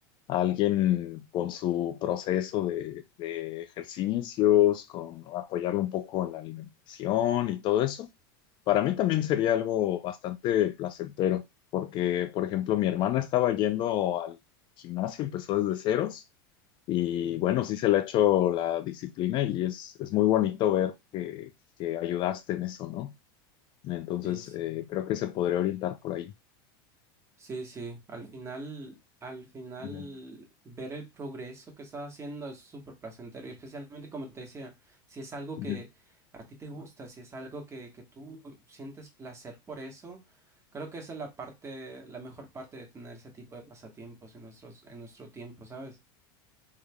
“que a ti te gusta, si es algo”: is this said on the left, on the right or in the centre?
Right